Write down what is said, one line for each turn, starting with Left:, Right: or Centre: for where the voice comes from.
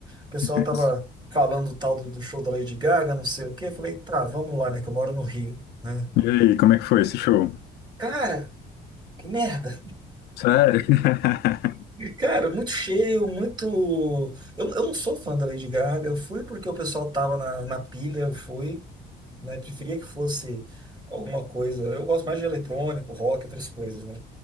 Right: O pessoal
Left: <laughs>
Right: tava falando do tal do, do show da Lady Gaga, não sei o quê. Eu falei, tá, vamos lá, né? Que eu moro no Rio, né?
Left: E aí, como é que foi esse show?
Right: Cara, que merda!
Left: Sério? <laughs>
Right: Cara, muito cheio, muito. Eu, eu não sou fã da Lady Gaga. Eu fui porque o pessoal tava na, na pilha, eu fui, né? Preferia que fosse alguma coisa. Eu gosto mais de eletrônico, rock, outras coisas, né?